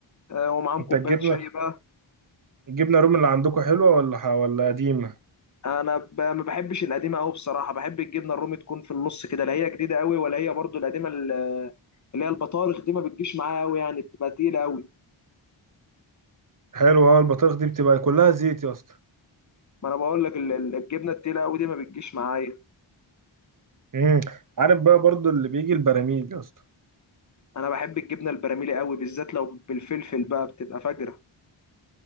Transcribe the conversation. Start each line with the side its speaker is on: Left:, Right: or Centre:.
Left: آه، ومعاهم
Right: انت
Left: كوباية
Right: الجبنه
Left: شاي بقى
Right: الجبنه الرومي اللي عندكم حلوه ولا ح- ولا قديمه
Left: انا ب... ما بحبش القديمه قوي بصراحه بحب الجبنه الرومي تكون في النص كده لا هي جديده قوي ولا هي برضو القديمه ال- اللي هي البطارخ دي ما بتجيش معايا قوي يعني بتبقى تقيله قوي
Right: حلوه اه البطارخ دي بتبقى كلها زيت يا اسطى
Left: ما انا بقول لك ال- ال- الجبنه التقيله قوي دي ما بتجيش معايا
Right: امم عارف بقى برضو اللي بيجي البراميل يا اسطى
Left: انا بحب الجبنه البراميلي قوي بالذات لو بالفلفل بقى بتبقى فجره